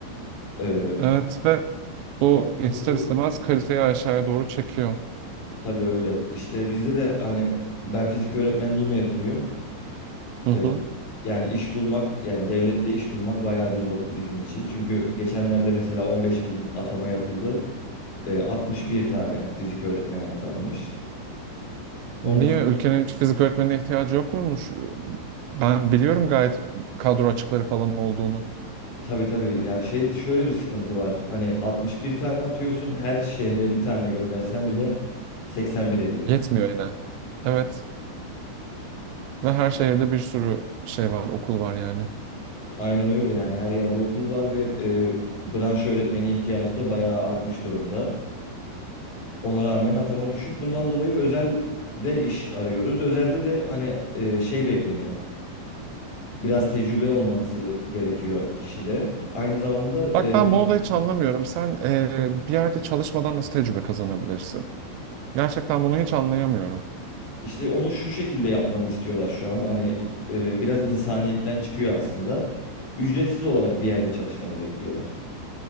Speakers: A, on the left; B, on the right.
A: E,
B: evet ve bu
A: ondan
B: ister
A: dolayı
B: istemez kaliteyi aşağıya doğru çekiyor.
A: Tabii öyle. İşte bizde de hani ben fizik öğretmenliği mezunuyum.
B: Hı hı.
A: Ee, yani iş bulmak yani devlette iş bulmak bayağı bir zor bizim için. Çünkü geçenlerde mesela 15 bin atama yapıldı. Ee, 61 tane fizik öğretmeni atanmış. Ondan
B: Niye ülkenin
A: dolayı
B: hiç fizik öğretmenine ihtiyacı yok muymuş? Ben biliyorum gayet kadro açıkları falan olduğunu.
A: tabii tabii yani şey şöyle bir sıkıntı var. Hani 61 tane atıyorsun her şehre bir tane göndersen bile 81 ediyor.
B: Yetmiyor yine. Evet. Ve her şehirde bir sürü şey var, okul var yani.
A: Aynen öyle yani her yerde okul var ve e, branş öğretmeni ihtiyacı da bayağı artmış durumda. Ona rağmen atama düşük. Bundan dolayı özelde iş arıyoruz. Özelde de hani e, şey bekleniyor. Biraz tecrübe olması gerekiyor kişide. Aynı zamanda
B: Bak
A: e,
B: ben bunu da hiç anlamıyorum. Sen eee, bir yerde çalışmadan nasıl tecrübe kazanabilirsin? Gerçekten bunu hiç anlayamıyorum.
A: işte onu şu şekilde yapmanı istiyorlar şu an. Hani e, biraz insaniyetten çıkıyor aslında. Ücretsiz olarak bir yerde çalışmanı bekliyorlar.